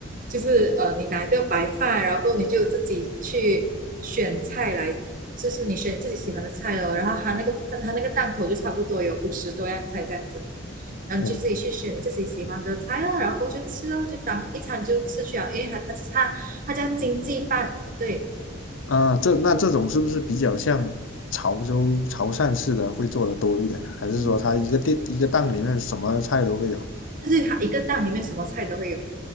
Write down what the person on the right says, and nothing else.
就是呃，你拿一个白饭，然后你就自己去选菜来，就是你选你自己喜欢的菜咯。然后它那个它那个档口就差不多有五十多样菜这样子，然后你就自己去选你自己喜欢的菜咯，
然后过去就吃咯，就当一餐就吃去了，因为它它它它叫经济饭，对，
嗯
嗯。就是它一个档里面什么菜都会有。